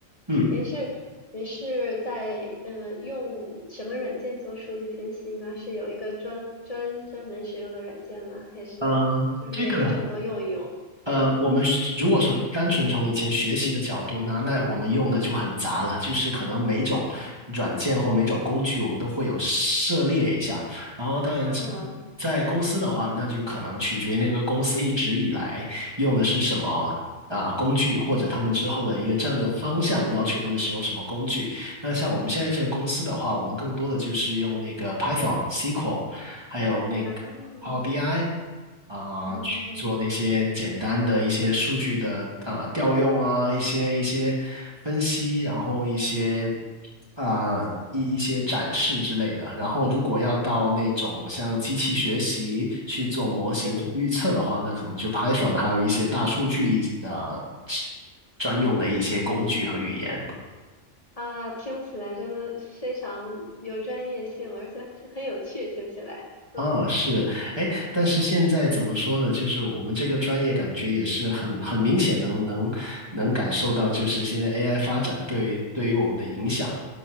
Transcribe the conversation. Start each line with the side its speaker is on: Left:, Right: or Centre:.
Right: 嗯，
Left: 您是您是在嗯用什么软件做数据分析呢？是有一个专专专门使用的软件吗？还是就是每一种都用一用？
Right: 呃，这个。呃，
Left: 嗯。
Right: 我们是如果从单纯从以前学习的角度呢，那我们用的就很杂了，就是可能每种软件或每种工具，我们都会有涉猎一下。然后，当然
Left: 啊，
Right: 在公司的话，那就可能取决于那个公司一直以来用的是什么啊、工具，或者他们之后的一个战略方向，要求他们使用什么工具。那像我们现在这个公司的话，我们更多的就是用那个 Python、SQL，还有那个
Left: 啊
Right: Power BI。啊、
Left: 啊，
Right: 去做那些简单的一些数据的啊、调用啊，一些一些分析，然后一些啊、一一些展示之类的。然后如果要到那种像机器学习去做模型去预测的话，
Left: 嗯
Right: 那可能就 Python 还有一些大数据的呃专用的一些工具和语言。
Left: 啊，听起来真的非常有专业性，而且挺很有趣，听起来，嗯，
Right: 啊，是，哎，但是现在怎么说呢？就是我们这个专业感觉也是很很明显能，能能感受到，就是现在 AI 发展对对于我们的影响，